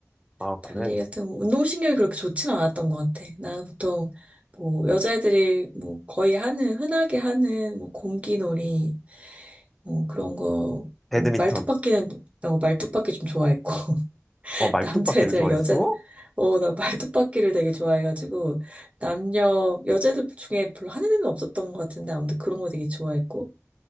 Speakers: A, in the centre; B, on the right.
A: 아,
B: 달리
A: 그래.
B: 같은 운동신경이 그렇게 좋지는 않았던 것 같아. 나는 보통 뭐 여자애들이 뭐 거의 하는 흔하게 하는 뭐 공기놀이 뭐 그런 거,
A: 배드민턴.
B: 뭐 말뚝박기는 어, 말뚝박기 좀 좋아했고 <laughs>
A: 어, 말뚝박기를
B: 남자애들
A: 좋아했어?
B: 여자 어, 나 말뚝박기를 되게 좋아해가지고 남녀 여자애들 중에 별로 하는 애는 없었던 것 같은데 아무튼 그런 거 되게 좋아했고